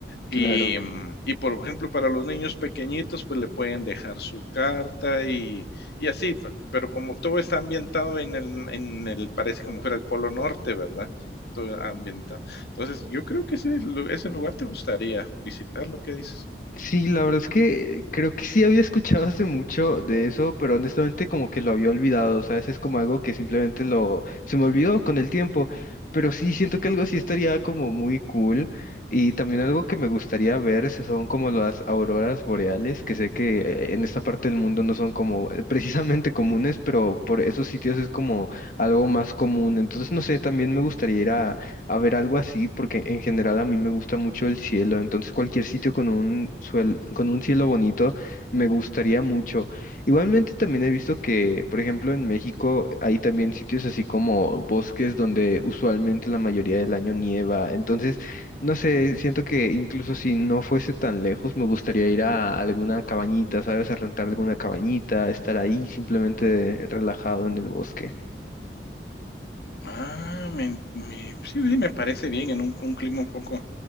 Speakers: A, on the left; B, on the left.
A: claro.
B: y, mm, y, por ejemplo, para los niños pequeñitos, pues le pueden dejar su carta y, y así, pe- pero como todo está ambientado en el, en el, parece como fuera el Polo Norte, ¿verdad? Todo ambientado. Entonces, yo creo que ese, lu- ese lugar te gustaría visitar, lo que dices.
A: Sí, la verdad es que creo que sí había escuchado hace mucho de eso, pero honestamente como que lo había olvidado, ¿sabes? Es como algo que simplemente lo se me olvidó con el tiempo, pero sí siento que algo así estaría como muy cool y también algo que me gustaría ver se- son como las auroras boreales, que sé que eh, en esta parte del mundo no son como eh, precisamente comunes, pero por esos sitios es como algo más común, entonces no sé, también me gustaría ir a ver, algo así, porque en general a mí me gusta mucho el cielo, entonces cualquier sitio con un suel- con un cielo bonito me gustaría mucho. Igualmente también he visto que, por ejemplo, en México hay también sitios así como bosques donde usualmente la mayoría del año nieva, entonces, no sé, siento que incluso si no fuese tan lejos, me gustaría ir a alguna cabañita, ¿sabes? A rentar alguna cabañita, estar ahí simplemente relajado en el bosque.
B: Ah, me, me- sí, sí, me parece bien en un, un clima un poco